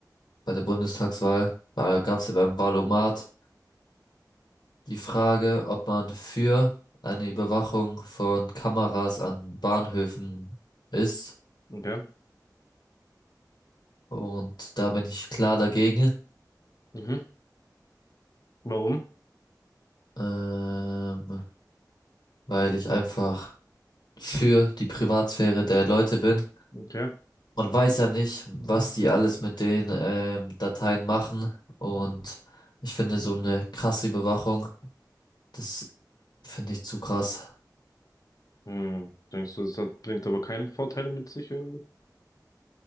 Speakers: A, on the left (about 80°); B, on the left (about 55°).
A: bei der Bundestagswahl, da gab's ja beim Wahlomat die Frage, ob man für eine Überwachung von Kameras an Bahnhöfen ist.
B: okay,
A: Und da bin ich klar dagegen,
B: mhm, warum?
A: ähm, weil ich einfach für die Privatsphäre der Leute bin.
B: Okay.
A: Man weiß ja nicht, was die alles mit den ähm, Dateien machen. Und ich finde so eine krasse Überwachung, das finde ich zu krass.
B: Hm, denkst du, das hat, bringt aber keine Vorteile mit sich irgendwie?